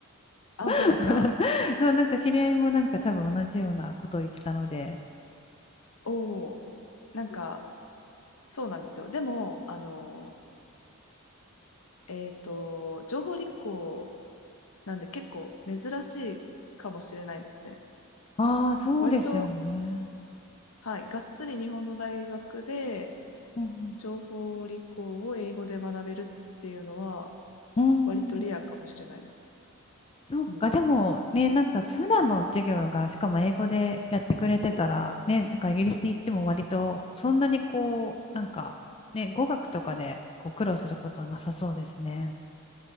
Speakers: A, on the left; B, on the left.
A: あ、本当ですか
B: <laughs> そう、なんか知り合いもなんか多分同じようなことを言ってたので。
A: おおー、なんか、そうなんですよ。でも、あの、えっと、情報立候なんで結構珍しいかもしれないですね。
B: ああ、そうですよね。
A: 割と、はい、がっつり日本の大学で
B: うん
A: 情報理工を英語で学べるっていうのは
B: うん。
A: 割とレアかもしれないです。
B: うんそうか、
A: うん。
B: でもね、なんか普段の授業がしかも英語でやってくれてたら、ね、なんかイギリスに行っても割とそんなにこう、なんかね、語学とかでこう苦労することはなさそうですね。